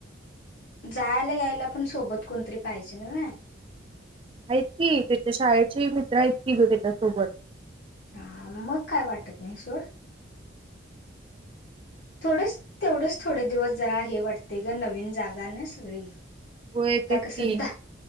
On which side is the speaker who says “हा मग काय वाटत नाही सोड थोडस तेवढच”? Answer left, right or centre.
Left